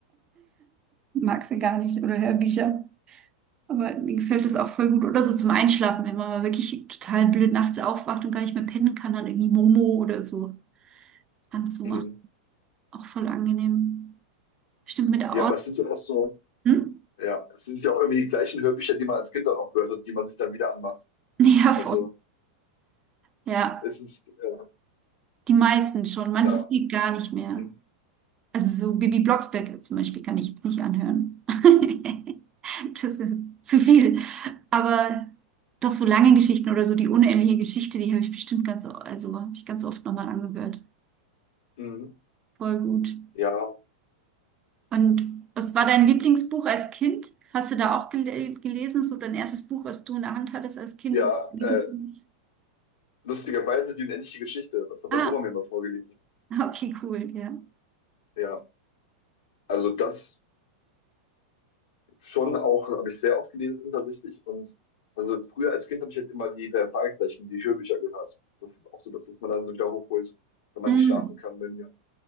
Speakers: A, on the right; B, on the left.
A: mag sie gar nicht oder Hörbücher. Aber mir gefällt das auch voll gut. Oder so zum Einschlafen, wenn man mal wirklich total blöd nachts aufwacht und gar nicht mehr pennen kann, dann irgendwie Momo oder so anzumachen.
B: Mhm.
A: Auch voll angenehm. Stimmt mit der
B: Ja,
A: Ort.
B: aber es sind ja auch so,
A: Hm? <laughs>
B: ja, es sind ja auch irgendwie die gleichen Hörbücher, die man als Kind dann auch gehört hat, die man sich dann wieder anmacht.
A: Ja, voll.
B: Also
A: Ja,
B: es ist, äh,
A: die meisten schon. Manches
B: ja,
A: geht gar nicht mehr.
B: Mhm.
A: Also so Bibi Blocksberg zum Beispiel kann ich jetzt nicht anhören. <laughs> Das ist zu viel. Aber doch so lange Geschichten oder so die unendliche Geschichte, die habe ich bestimmt ganz, o- also habe ich ganz oft nochmal angehört.
B: Mhm.
A: Voll gut.
B: ja,
A: Und was war dein Lieblingsbuch als Kind? Hast du da auch gele gelesen? So dein erstes Buch, was du in der Hand hattest als Kind,
B: ja,
A: wo du gelesen
B: äh,
A: hast?
B: lustigerweise die unendliche Geschichte. Das hat
A: Ah,
B: meine Oma mir immer vorgelesen.
A: <laughs> okay, cool, ja.
B: Ja, also das schon auch, habe ich sehr oft gelesen tatsächlich. Und also früher als Kind habe ich halt immer die drei Fragezeichen, die Hörbücher gehört. Das ist auch so das, was man dann so wieder hochholt, wenn man
A: Mm,
B: nicht schlafen kann, wenn